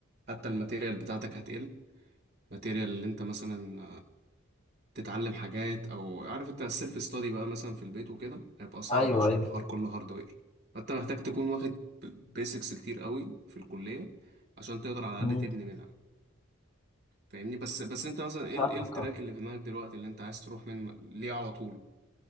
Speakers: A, on the right; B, on the left.
A: حتى الماتيريال بتاعتك هتقل الماتيريال اللي انت مثلا تتعلم حاجات او عارف انت السيلف ستادي بقى مثلا في البيت وكده هيبقى صعب
B: ايوه
A: عشان
B: ايوه
A: الحوار كله هاردوير فانت محتاج تكون واخد بيسكس كتير قوي في الكلية عشان تقدر على
B: مم،
A: الاقل تبني منها فاهمني بس بس انت مثلا ايه
B: فاهمك
A: ال- ايه التراك
B: اه
A: اللي في دماغك دلوقتي اللي انت عايز تروح من ليه على طول